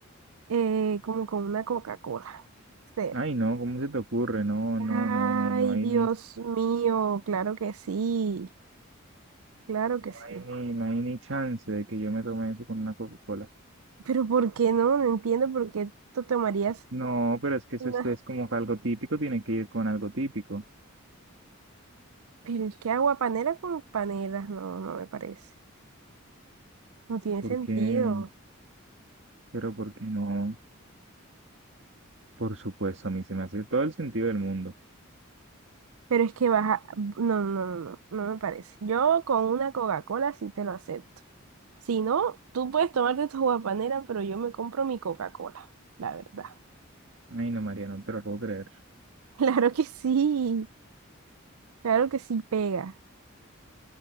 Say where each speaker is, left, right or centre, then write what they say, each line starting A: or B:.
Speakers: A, on the right (about 85°); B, on the right (about 60°).
A: eh, como con una Coca-Cola. Cero.
B: Ay, no, ¿cómo se te ocurre? No, no,
A: Ay,
B: no, no, no hay
A: Dios
B: ni, no
A: mío, claro que sí, claro que sí.
B: hay ni, no hay ni chance de que yo me tome eso con una Coca-Cola.
A: Pero ¿por qué no? No entiendo por qué tú tomarías
B: No, pero es que eso
A: una...
B: es, es como que algo típico, tiene que ir con algo típico.
A: Pero es que agua panela con panelas, no, no me parece. No tiene
B: ¿Por
A: sentido.
B: qué? Pero ¿por qué no? Por supuesto, a mí se me hace todo el sentido del mundo.
A: Pero es que baja... No, no, no, no, no me parece. Yo con una Coca-Cola sí te lo acepto. Si no, tú puedes tomarte tu guapanera, pero yo me compro mi Coca-Cola, la verdad. <laughs>
B: Ay, no, María, no te lo puedo creer.
A: Claro que sí, claro que sí pega.